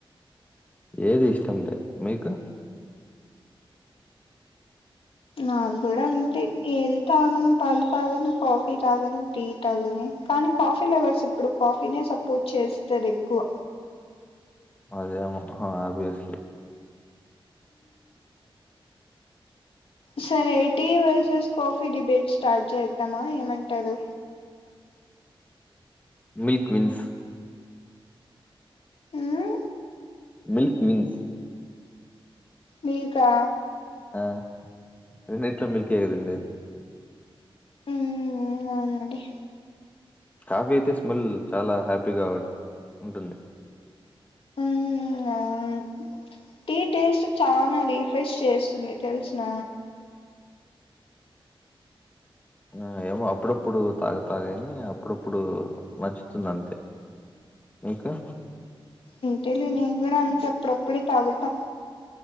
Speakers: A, on the left (about 15°); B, on the left (about 80°).
A: ఏది ఇష్టం లేదు మీకు
B: నాకు కూడా అంతే ఏం తాగను పాలు తాగను కాఫీ తాగను టీ తాగను కానీ కాఫీ లెవర్స్ ఇప్పుడు కాఫీనే సపోర్ట్ చేస్తారు ఎక్కువ
A: అదేమ ఆబ్వియస్లీ
B: సర ఎయిటీ వర్సెస్ కాఫీ డిబేట్ స్టార్ట్ చేద్దామా ఏమంటారు
A: మిల్క్ విన్స్
B: మ్మ్
A: మిల్క్ విన్స్
B: మీల్కా
A: ఆ రెండిట్లో మిల్కె కదండి అది
B: మ్మ్ అవునండి
A: కాఫీ అయితే స్మెల్ చాలా హ్యాపీగా ఉంటుంది
B: మ్మ్ అవును టీ టేస్ట్ చనా రీఫ్రెష్ చేస్తుంది తెలిసిన
A: ఆ ఏమో అప్పుడప్పుడు తాగ తాగాని అప్పుడప్పుడు నచ్చుతుంది అంతే ఇంకా
B: ఉంటేలే నేను కూడా అంతే అప్పుడప్పుడే తాగుతాం